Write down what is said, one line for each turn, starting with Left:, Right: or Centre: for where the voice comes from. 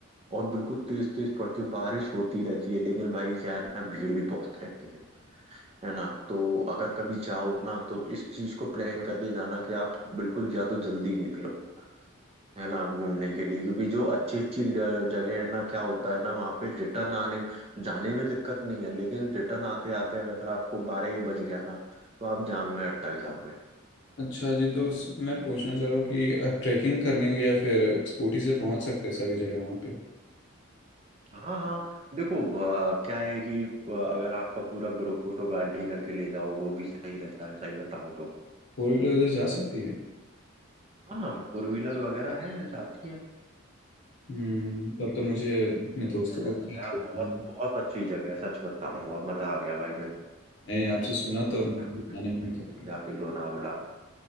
Right: और बिल्कुल तेज तेज पड़ती है बारिश होती रहती है लेकिन भाई क्या है ना भीड़ भी बहुत रहती है है ना तो अगर कभी जाओ ना तो इस चीज को प्लान करके जाना कि आप बिल्कुल या तो जल्दी निकलो है ना घूमने के लिए क्योंकि जो अच्छी अच्छी ल- जगह है ना क्या होता है ना वहाँ पे रिटर्न आने जाने में दिक्कत नहीं है लेकिन रिटर्न आते आते अगर आपको बारह एक बज गया ना तो आप जाम में अटक जाओगे
Left: अच्छा जी तो स- मैं पूछना चाह रहा हूँ कि ट्रैकिंग करनी होगी या फिर स्कूटी से पहुंच सकते हैं सभी जगह वहाँ पे
Right: हाँ हाँ देखो अ, क्या है कि अ, अगर आपका पूरा ग्रुप हो तो गाड़ी करके ले जाओ वो भी सही रहता है सही बताऊँ तो
Left: फोर व्हीलर उधर जा सकती है
Right: हाँ फोर व्हीलर वगैरह है जाती है
Left: हम्म तब तो मुझे अपने दोस्तों
Right: क्या जगह
Left: को भी
Right: है
Left: साथ
Right: यार
Left: लेना
Right: बहुत
Left: होगा
Right: बहुत अच्छी जगह है सच बताऊँ अब मजा आ गया भाई मेरे
Left: नहीं आपसे सुना तब
Right: को
Left: मुझे भी जाने मन कर रहा
Right: जाके लोनावला